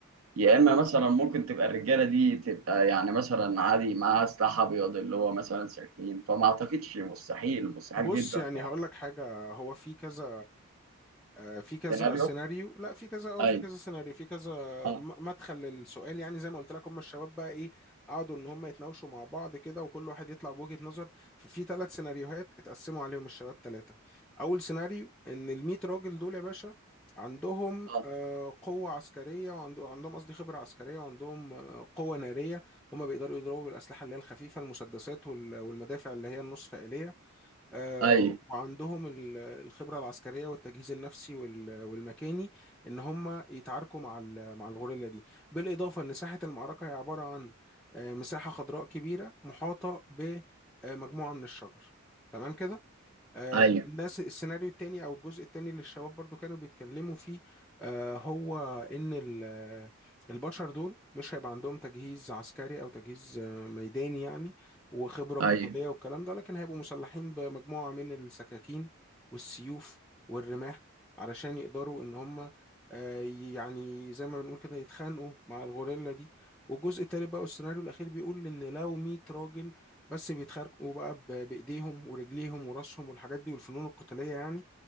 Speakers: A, on the right; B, in the centre.
A: يا اما مثلا ممكن تبقى الرجاله دي تبقى يعني مثلا عادي معاها سلاح ابيض اللي هو مثلا سكين فما اعتقدش مستحيل مستحيل
B: بص
A: جدا
B: يعني هقول لك حاجة هو في كذا آه، في كذا
A: سيناريو
B: سيناريو لا في كذا اه
A: ايوه
B: في كذا سيناريو في كذا
A: اه
B: م- مدخل للسؤال يعني زي ما قلت لك هم الشباب بقى ايه قعدوا ان هم يتناوشوا مع بعض كده وكل واحد يطلع بوجهة نظر ففي ثلاث سيناريوهات اتقسموا عليهم الشباب ثلاثة اول سيناريو ان ال 100 راجل دول يا باشا عندهم
A: اه
B: آه، قوة عسكرية وعندهم قصدي خبرة عسكرية وعندهم آه، قوة نارية هم بيقدروا يضربوا بالأسلحة اللي هي الخفيفة المسدسات وال- والمدافع اللي هي النصف آلية آه،
A: ايوه
B: وعندهم ال- الخبرة العسكرية والتجهيز النفسي وال- والمكاني إن هم يتعاركوا مع ال- مع الغوريلا دي بالإضافة إن ساحة المعركة هي عبارة عن آه، مساحة خضراء كبيرة محاطة بمجموعة من الشجر تمام كده آه،
A: ايوه
B: الناس السيناريو التاني او الجزء التاني اللي الشباب برضو كانوا بيتكلموا فيه آه، هو ان ال- آه، البشر دول مش هيبقى عندهم تجهيز عسكري او تجهيز آه، ميداني يعني وخبرة قتالية
A: ايوه
B: والكلام ده لكن هيبقوا مسلحين بمجموعة من السكاكين والسيوف والرماح علشان يقدروا ان هم آه، يعني زي ما بنقول كده يتخانقوا مع الغوريلا دي والجزء التالت بقى والسيناريو الاخير بيقول ان لو 100 راجل بس بيتخانقوا بقى ب- بايديهم ورجليهم وراسهم والحاجات دي والفنون القتاليه يعني